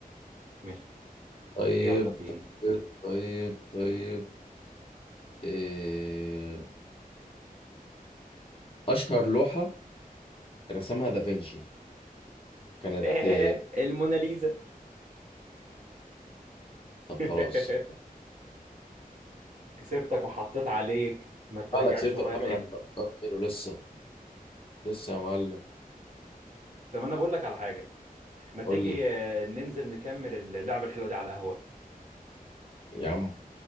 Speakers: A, on the right (about 55°); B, on the left (about 35°).
A: ماشي
B: طيب
A: يلا بينا
B: طيب طيب طيب إيه... اشهر لوحة رسمها دافنشي كانت
A: <laughs>
B: إيه؟
A: الموناليزا
B: طب
A: <laughs>
B: خلاص
A: كسبتك وحطيت عليك ما تراجعش
B: انا كسبت
A: ورايا
B: الحاجة
A: تاني
B: انا هختار خير ولسه لسه يا معلم
A: طب انا بقول لك على حاجه ما تيجي
B: قول لي
A: آه، ننزل نكمل اللعبه الحلوه دي على القهوه
B: يا عم